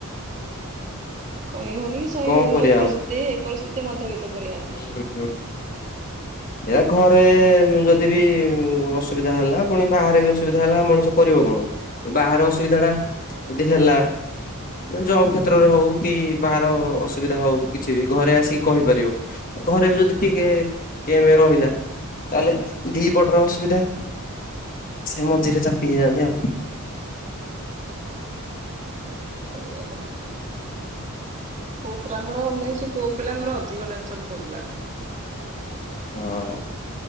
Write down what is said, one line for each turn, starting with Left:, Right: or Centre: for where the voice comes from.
Right: କହି ହଉନି କି ସହି
Left: କଣ
Right: ହଉନି
Left: କରିବା
Right: ଯଉ ପରିସ୍ଥିତି
Left: ଆଉ
Right: ପରିସ୍ଥିତି ମଧ୍ୟବିତ୍ତ ପରିବାର
Left: ହୁଁ -ହୁଁ-ହୁଁ -
Right: <inaudible>
Left: ଏ ଘରେ ଯଦି ବି ଅସୁବିଧା ହେଲା ପୁଣି ବାହାରେ ବି ଅସୁବିଧା ହେଲା ମଣିଷ କରିବ କଣ? ବାହାର ଅସୁବିଧା ଟା ଯଦି ହେଲା ଜବ କ୍ଷେତ୍ରରେ ହଉ କି ବାହାର
Right: ହୁଁ।
Left: ଅସୁବିଧା ହଉ କିଛି ବି ଘରେ ଆସିକି କହିପାରିବ। ଘରେ ବି ଯଦି ଟିକେ କେମ ରହିଲା। ତାହେଲେ ଦିପଟର ଅସୁବିଧା ସେ ମଝିରେ ଚାପି ହେଇଯାନ୍ତି ଆଉ।
Right: ସେଇଆ ବା ପୁଅ ପିଲାଙ୍କର ପୁଅ ପିଲାଙ୍କର ଅଧିକ ଟେନସନ ପୁଅ ପିଲାଙ୍କର
Left: ହଁ।